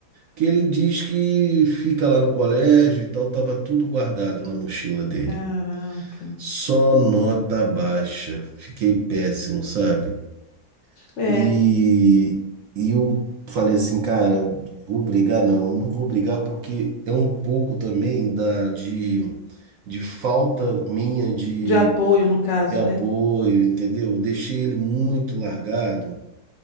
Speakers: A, on the right (about 65°); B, on the left (about 60°).
A: que ele diz que fica lá no colégio e tal, tava tudo guardado na mochila dele.
B: Caraca.
A: Só nota baixa. Fiquei péssimo, sabe?
B: É,
A: E, e eu falei assim, cara, vou brigar? Não, não vou brigar porque é um pouco também da, de, de falta minha de,
B: de apoio, no caso,
A: de apoio,
B: né?
A: entendeu? Eu deixei ele muito largado,